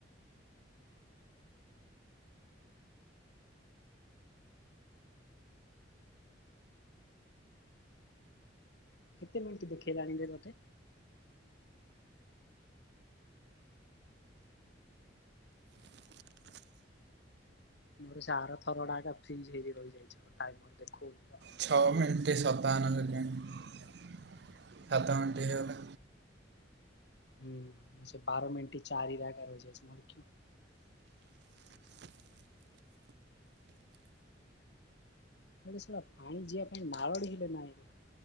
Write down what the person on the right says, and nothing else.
ଛଅ ମିଣ୍ଟି ସତାଅନ ସେକେଣ୍ଡ୍ ସାତ ମିଣ୍ଟି ହେଇଗଲା।